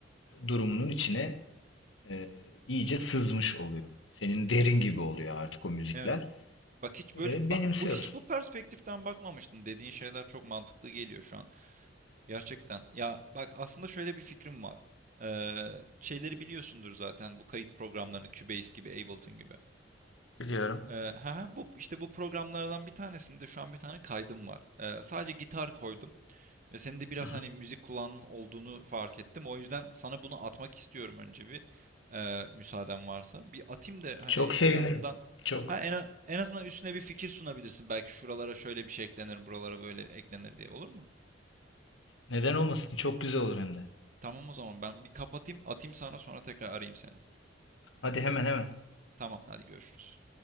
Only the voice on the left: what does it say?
durumunun içine e, iyice sızmış oluyor. Senin derin gibi oluyor artık o müzikler.
Ve
benimsiyorsun
diyorum.
Hı hı.
Çok
sevinirim.
Çok.
Neden olmasın? Çok güzel olur hem de.
Hadi hemen hemen.